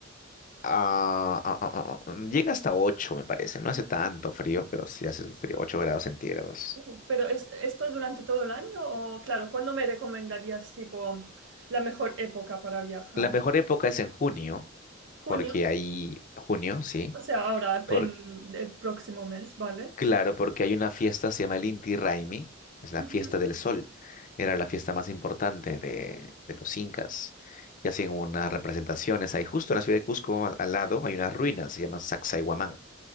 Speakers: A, on the left; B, on the right.
A: ah, ah, ah, ah, ah, llega hasta 8 me parece. No hace tanto frío, pero sí hace frío, ocho grados centígrados.
B: Uh, ¿Pero es, esto durante todo el año? O, claro, ¿cuándo me recomendarías, tipo, la mejor época para viajar?
A: La mejor época es en junio,
B: ¿Junio?
A: porque ahí, junio, sí,
B: O sea, ahora,
A: por
B: en el próximo mes, ¿vale?
A: Claro, porque hay una fiesta, se llama el Inti Raymi, es la
B: Ujú,
A: fiesta del sol. Era la fiesta más importante de, de los incas. Y hacen unas representaciones ahí, justo en la ciudad de Cusco, al, al lado, hay unas ruinas, se llaman Sacsayhuamán.